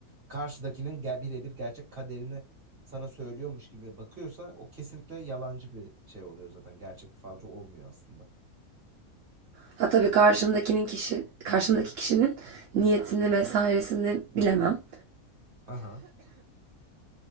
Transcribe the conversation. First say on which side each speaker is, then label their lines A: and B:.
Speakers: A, on the right; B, on the right.
A: karşıdakinin ge- birebir gerçek kaderini sana söylüyormuş gibi bakıyorsa o kesinlikle yalancı bir şey oluyor zaten. Gerçek bir falcı olmuyor aslında.
B: Ha tabii karşımdakinin kişi karşımdaki kişinin niyetini vesairesini bilemem.
A: Ha ha.